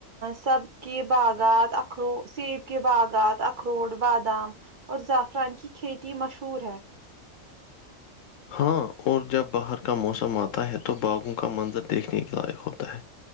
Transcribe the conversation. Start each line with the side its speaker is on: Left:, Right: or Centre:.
Right: سب کی باغات اخرو سیب کے باغات اخروٹ بادام اور زعفران کی کھیتی مشہور ہے
Left: ہاں اور جب باہر کا موسم آتا ہے تو باغوں کا منظر دیکھنے کے لائق ہوتا ہے